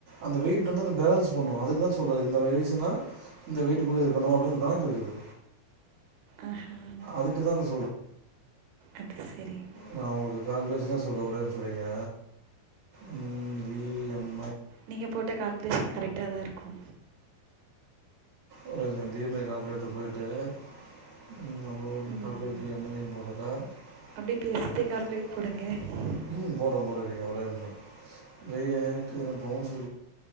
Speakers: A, on the right (about 85°); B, on the right (about 70°).
A: அந்த வெயிட் வந்து அத பேலன்ஸ் பண்ணு அதுக்குதா சொல்றது இந்த வயிசுனா இந்த வெயிட்க்குள்ள இருக்கனு அப்டின்னு ஒரு கணக்கு இருக்குது
B: ஆஹா
A: அதுக்கு தான் அதை
B: அது செரி
A: நா உங்களுக்கு கால்குலேஷ்னா சொல்ற ஓரே நிம்ஷோ இரு தீங்க ம் இந்த வீ எம்
B: நீங்க போட்ட கால்குலேஷன் கரெக்டாதா இருக்கு
A: ஒருங்க பி எம் ஏ காதல்குலேட்டர் போயிட்டு <unintelligible>
B: ம் அப்படியே பேசிட்டே கால்குலேட் போடுங்க
A: எ ஒரே நிம்ஷோ